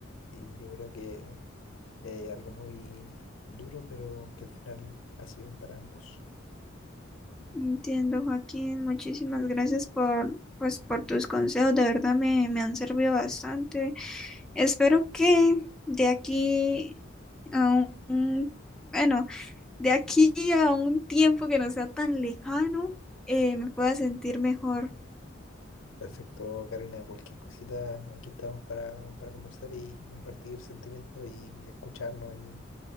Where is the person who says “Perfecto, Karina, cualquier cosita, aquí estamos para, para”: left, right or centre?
Left